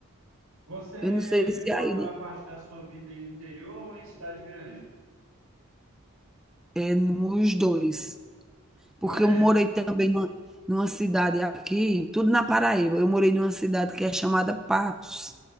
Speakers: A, on the right; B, in the centre.
A: Você
B: Eu não sei
A: viveu
B: se é aí,
A: a maior
B: né?
A: parte da sua vida em interior ou em cidade grande?
B: É nos dois. Porque
A: Ah, é?
B: eu morei também numa, numa cidade aqui, tudo na Paraíba. Eu morei numa cidade que é chamada Patos.